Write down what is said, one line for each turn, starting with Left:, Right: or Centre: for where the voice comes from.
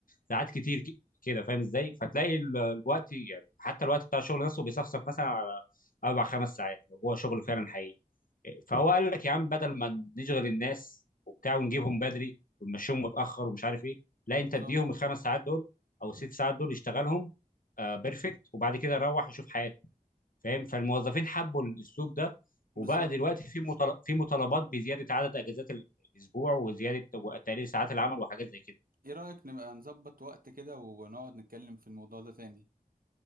Left: ساعات كتير ك- كده فاهم ازاي فتلاقي ال- الوقت يعني حتى الوقت بتاع الشغل نفسه بيصفصف مثلا على اربع خمس ساعات لو هو شغل فعلا حقيقي فهو قال لك يا عم بدل ما نشغل الناس وبتاع ونجيبهم بدري ونمشيهم متاخر ومش عارف ايه لا
Right: بالظبط
Left: انت اديهم الخمس ساعات دول او الست ساعات دول يشتغلهم آه بيرفكت وبعد كده روح وشوف حياتك فاهم فالموظفين حبوا الاسلوب ده وبقى
Right: بالظبط
Left: دلوقتي في مطل... في مطالبات بزياده عدد اجازات ال- الاسبوع وزياده وتقليل ساعات العمل وحاجات زي كده
Right: ايه رأيك نبقى نظبط وقت كده ونقعد نتكلم في الموضوع ده تاني